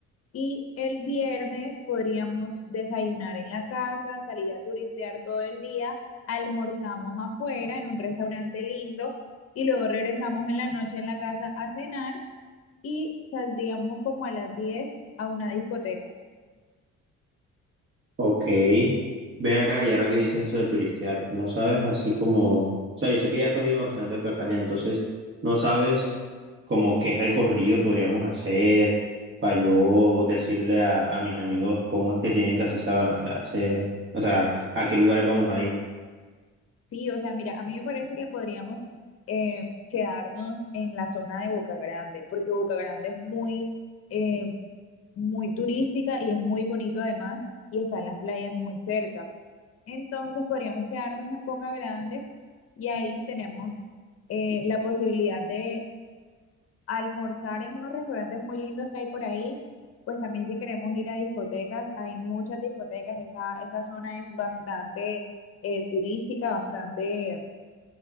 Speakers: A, on the left; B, on the right.
A: Y el viernes podríamos desayunar en la casa, salir a turistear todo el día, almorzamos afuera en un restaurante lindo y luego regresamos en la noche en la casa a cenar y saldríamos como a las 10 a una discoteca.
B: Ok, ven acá y ahora que dices eso de turistear, no sabes así como, o sea, yo sé que ya tú has ido bastante a Cartagena, entonces no sabes como qué recorrido podríamos hacer para yo decirle a, a mis amigos cómo es que tienen que hacer, esa- hacer, o sea, a qué lugares vamos a ir.
A: Sí, o sea, mira, a mí me parece que podríamos eh, quedarnos en la zona de Boca Grande, porque Boca Grande es muy, eh, muy turística y es muy bonito además y están las playas muy cerca. Entonces podríamos quedarnos en Boca Grande y ahí tenemos eh, la posibilidad de almorzar en unos restaurantes muy lindos que hay por ahí. Pues también si queremos ir a discotecas, hay muchas discotecas, esa, esa zona es bastante eh, turística, bastante